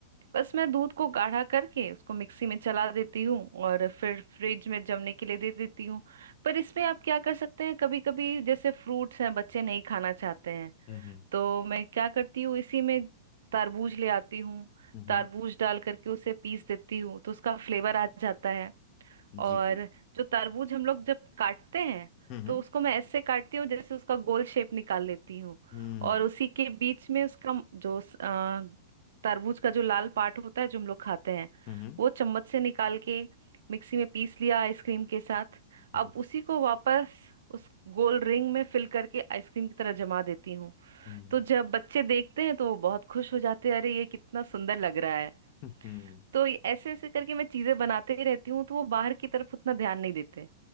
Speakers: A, on the right; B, on the left.
A: बस मैं दूध को गाढ़ा करके उसको मिक्सी में चला देती हूँ और फिर फ्रिज में जमने के लिए दे देती हूँ पर इसमें आप क्या कर सकते हैं कभी कभी जैसे फ्रूट्स हैं बच्चे नहीं खाना चाहते हैं
B: हम्म हम्म
A: तो मैं क्या करती हूँ इसी में तरबूज ले आती हूँ
B: हम्म
A: तरबूज
B: हम्म,
A: डाल करके उसे पीस देती हूँ तो उसका फ्लेवर आ जाता और
B: जी
A: जो तरबूज हम लोग जब काटते हैं
B: हम्म
A: तो
B: हम्म
A: उसको मैं ऐसे काटती हूँ जैसे उसका गोल शेप निकाल लेती हूँ
B: हम्म
A: और उसी के बीच में उसका म- जो स- अ, तरबूज का जो लाल पार्ट होता है जो हम लोग खाते हैं
B: हम्म
A: वो चम्मच से निकाल के मिक्सी में पीस लिया आइसक्रीम के साथ
B: हम्म।
A: अब उसी को वापस उस गोल रिंग में फिल करके आइसक्रीम की तरह जमा देती हूँ
B: हम्म
A: तो जब बच्चे देखते हैं तो वो बहुत खुश हो जाते हैं अरे ये कितना सुंदर लग रहा है
B: हम्म।
A: तो ये ऐसे ऐसे करके मैं चीजें बनाते ही रहती हूँ तो वो बाहर की तरफ उतना ध्यान नहीं देते